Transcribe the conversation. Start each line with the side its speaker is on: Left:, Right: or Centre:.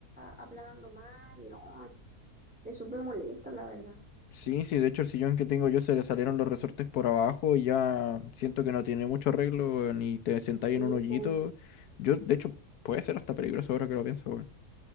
Centre: aplanando más, y no, es súper molesto, la verdad.
Left: Sí, sí, de hecho el sillón que tengo yo se le salieron los resortes por abajo y ya siento que no tiene mucho arreglo, ni te sentáis
Centre: Sí,
Left: en un hoyito.
Centre: pues,
Left: Yo, de hecho, puede ser hasta peligroso ahora que lo pienso, weón.